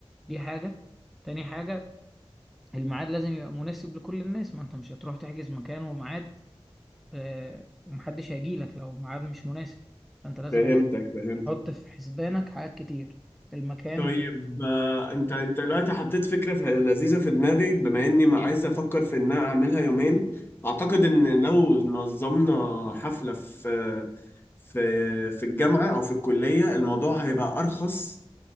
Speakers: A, in the centre; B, on the left.
A: دي حاجة تاني حاجة الميعاد لازم يبقى مناسب لكل الناس ما انت مش هتروح تحجز مكان وميعاد آه، ومحدش هيجيلك لو الميعاد مش مناسب فانت لازم
B: فهمتك فهمتك
A: تحط في حسبانك حاجات كتير المكان
B: طيب آه، انت انت دلوقتي حطيت فكره في لذيذه في دماغي بما اني ما عايز افكر في ان انا اعملها يومين اعتقد ان لو نظمنا حفله في في في الجامعه او في الكليه الموضوع هيبقى ارخص